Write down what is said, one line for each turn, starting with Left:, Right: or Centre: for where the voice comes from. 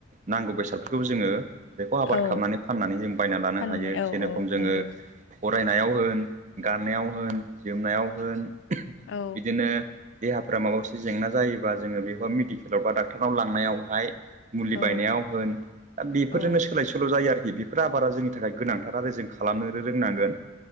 Right: नांगौ बेसादफोरखौ जोङो बेखौ आबाद
Left: औ
Right: खालामनानै फाननानै जों बायना लानो
Left: फाननानै
Right: हायो
Left: औ
Right: जेरखम
Left: औ
Right: जोङो
Left: नंगौ
Right: फरायनायाव होन गाननायाव होन जोमनायाव होन
Left: औ
Right: बिदिनो देहाफोरा माबा मोनसे जेंना जायोबा जोङो बेबा मेडिकेलाव बा डाक्टारनाव लांनायावहाय मुलि
Left: औ
Right: बायनायाव होन दा बेफोरजोंनो
Left: औ
Right: सोलाय सोल' जायो आरोखि बेफोर आबादा जोंनि थाखाय गोनांथार आरो जों खालामनो रोंनांगोन